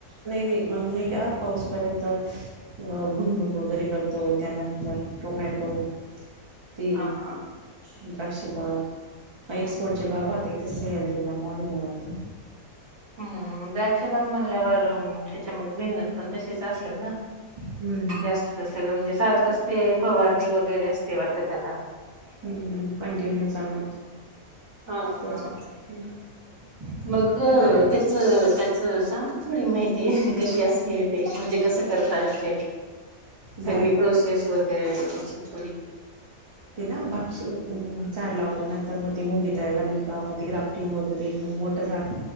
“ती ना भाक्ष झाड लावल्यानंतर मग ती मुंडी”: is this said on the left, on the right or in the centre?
Right